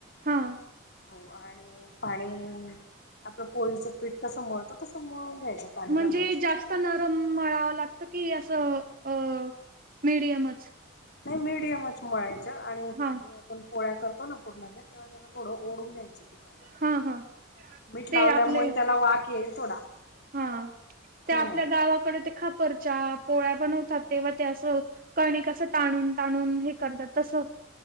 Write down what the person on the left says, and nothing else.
हो आणि पाणी आपलं पोळीचं पीठ कसं मळतं तसं मळून घ्यायचं. पाणी
घालून
नाही मीडियमच मळायचं आणि
आपण पोळ्या करतो ना पूर्णाच्या तेव्हा त्याला थोडं ओढून जायचं
मीठ
लावल्यामुळे
त्याला वाक येईल थोडा
हम्म